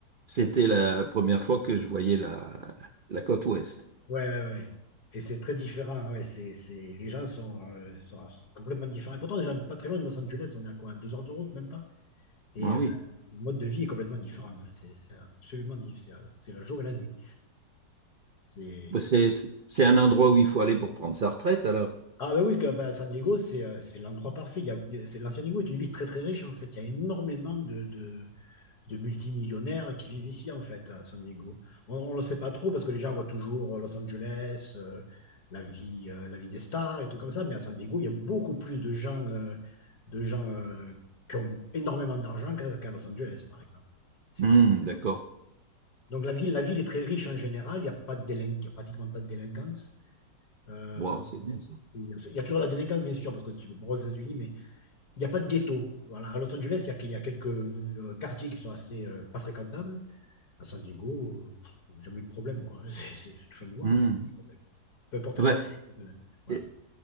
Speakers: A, on the right (about 85°); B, on the left (about 60°).
A: c'était la première fois que je voyais la, la côte ouest.
B: ouais, ouais. ouais. Et c'est très différent. Ouais. C'est, c'est... Les gens sont, euh, sont complètement différents. Et pourtant, on n'est pas très loin de Los Angeles. On est à quoi? Deux heures de route, même pas? Et
A: Ah
B: euh,
A: oui.
B: le mode de vie est complètement différent. hein. C'est c'est absolument différent. C'est le jour et la nuit. C'est...
A: Bah, C'est c'est un endroit où il faut aller pour prendre sa retraite alors.
B: Ah ben oui, que, ben, San Diego, c'est euh, c'est l'endroit parfait. Il y a- il y a- c'est, la San Diego est une ville très très riche en fait. Il y a énormément de, de, de multimillionnaires qui vivent ici en fait à San Diego. On ne le sait pas trop parce que les gens voient toujours euh, Los Angeles, euh, la vie, euh, la vie des stars et trucs comme ça. Mais à San Diego, il y a beaucoup plus de gens, euh, de gens euh, qui ont énormément d'argent qu'à qu'à Los Angeles par exemple. C'est
A: Hum,
B: vraiment...
A: d'accord.
B: Donc la ville, la ville est très riche en général, il n'y a pas de délin- il y a pratiquement pas de délinquance. Euh,
A: Wow, c'est bien ça.
B: c'est- il y a toujours la délinquance, bien sûr, parce que tu bon, aux États-Unis, mais il n'y a pas de ghetto. Voilà, à Los Angeles, il y a, il y a quelques euh, quartiers qui sont assez euh, pas fréquentables. À San Diego, euh, jamais eu de problème, quoi. <laughs> C'est c'est- je touche du bois,
A: Hmm.
B: mais j'ai pas de problème. Peu importe
A: Ah
B: alors.
A: ben,
B: Voilà.
A: euh,